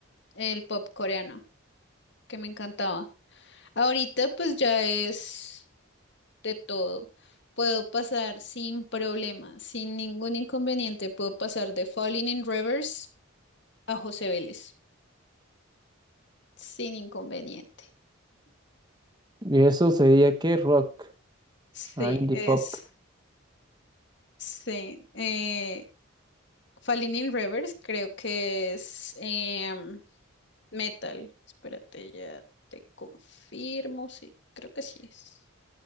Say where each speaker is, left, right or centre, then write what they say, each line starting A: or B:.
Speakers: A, on the left; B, on the right.
A: el pop coreano, que me encantaba. Ahorita pues ya es de todo. Puedo pasar sin problema, sin ningún inconveniente. Puedo pasar de Falling in Reverse a José Vélez, sin inconveniente.
B: Y eso sería que rock,
A: Sí,
B: ah, indie
A: es,
B: pop.
A: sí. eh, Falling in Reverse creo que es em, metal. Espérate, ya te confirmo, sí, creo que sí es.